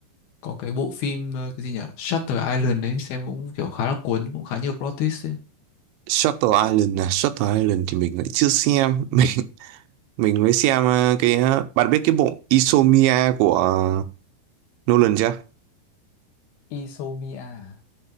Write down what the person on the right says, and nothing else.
Shutter Island à Shutter Island thì mình lại chưa xem <laughs> Mình mình mới xem ờ, cái ờ, Bạn biết cái bộ Insomnia của ờ, Nolan chưa?